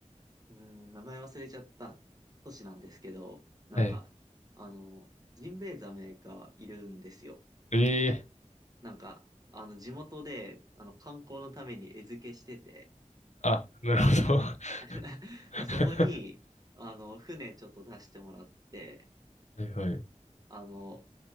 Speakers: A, on the right; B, on the left.
A: うーん、名前忘れちゃった都市なんですけど、なんか、
B: はい。
A: あの、ジンベエザメがいるんですよ。
B: ええ
A: なんか、あの、地元で、あの、観光のために餌付けしてて、
B: あ、なるほど。
A: <laughs>
B: <laughs> は
A: そこに、あの、船ちょっと出してもらって、
B: いはい。
A: あの、